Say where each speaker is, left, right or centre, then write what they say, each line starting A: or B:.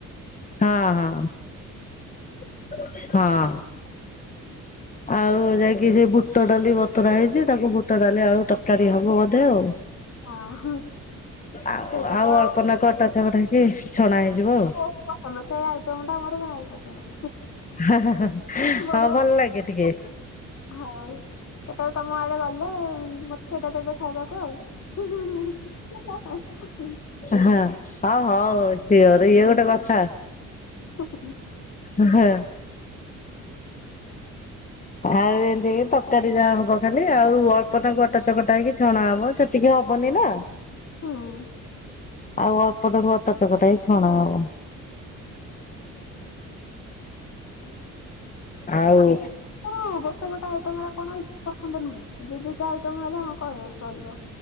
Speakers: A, on the left (about 25°); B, on the left (about 60°).
A: ହଁ ହଁ। ହଁ‌। ଆଉ ଯାଇକି ସେ ବୁଟ ଡାଲି ବତୁରା ହେଇଛି ତାକୁ ବୁଟ ଡାଲି ଆଳୁ ତରକାରୀ ହବ ବୋଧେ ଆଉ।
B: ହଁ ହଁ।
A: ଆଉ
B: ସେଇ
A: ଆଉ
B: କଥା
A: ଅଳ୍ପନାକୁ ଅଟା ଛକଟା ହେଇକି ଛଣା ହେଇଯିବ ଆଉ।
B: ମୋର ପସନ୍ଦ ସେଇ ଆଇଟମ୍ ଟା ମୋର ଭାରି ପସନ୍ଦ।
A: ହେ ହେ ହେ ହେ
B: ବଡ
A: ହଁ ଭଲ ଲାଗେ ଟିକେ।
B: ହଉ କେତେବେଳେ ତମ ଆଡେ ଗଲେ ମତେ ସେଇଟା ଦେବେ ଖାଇବାକୁ ଆଉ। ହୁଁ ହୁଁ ହୁଁ ହୁଁ ହେ ହେ ହେ ହୁଁ।
A: ହଁ ହଉ ହଉ ହଉ ସିଓର୍ ଇଏ ଗୋଟେ କଥା।
B: ହୁଁ ହୁଁ।
A: ହେ ହେ। ଆଉ ଏମିତି ତରକାରୀ ଯାହା ହବ ଖାଲି ଆଉ ଅଳ୍ପ ନାକୁ ଅଟା ଚକଟା ହେଇକି ଛଣା ହବ ସେ ତିକି ହବନି ନା।
B: ହୁଁ।
A: ଆଉ ଅଳ୍ପନାକୁ ଅଟା ଚକଟା ହେଇ ଛଣା ହବ। ଆଉ
B: ଆଗୁର ଗୋଟେ ଗୋଟେ ଆଇଟମ୍ ଗୁରା କଣ ପସନ୍ଦ ନୁହେଁ ଦି ଦି ଟା ଆଇଟମ୍ ହେଲେ ହଁ ଖାଇବେ ଚଳିବ।